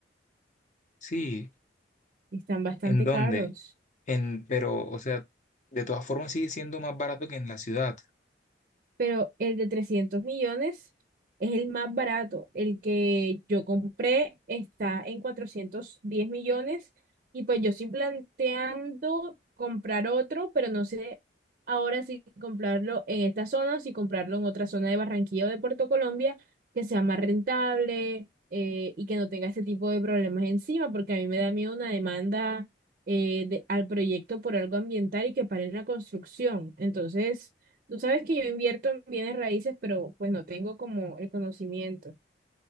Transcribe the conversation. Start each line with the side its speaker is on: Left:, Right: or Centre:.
Left: Sí,
Right: y Están bastante
Left: ¿en dónde?
Right: caros.
Left: En, pero, o sea, de todas formas sigue siendo más barato que en la ciudad.
Right: pero el de 300 millones es el más barato. El que yo compré está en 410 millones y pues yo estoy planteando comprar otro, pero no sé ahora si comprarlo en esta zona o si comprarlo en otra zona de Barranquilla o de Puerto Colombia que sea más rentable. eh, y que no tenga este tipo de problemas encima, porque a mí me da miedo una demanda eh, de- al proyecto por algo ambiental y que paren la construcción. Entonces, Tú sabes que yo invierto en bienes raíces, pero pues no tengo como el conocimiento.